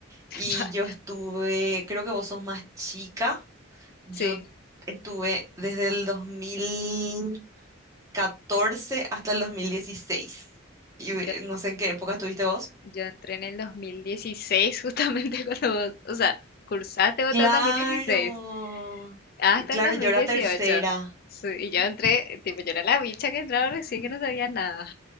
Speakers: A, on the right (about 15°); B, on the left (about 50°).
A: Y
B: <laughs>
A: yo estuve, creo que vos sos más chica, yo
B: Sí,
A: estuve desde el 2000. 14 hasta el 2016. Y eh,
B: yo,
A: no sé en qué época estuviste vos.
B: yo entré en el 2016 justamente <laughs> cuando vos, o sea, cursaste vos
A: Claro,
B: todo el 2016 hasta
A: claro,
B: el dos
A: yo
B: mil
A: era
B: dieciocho.
A: tercera.
B: Sí, y yo entré, tipo, yo era la bicha que entraba recién que no sabía nada.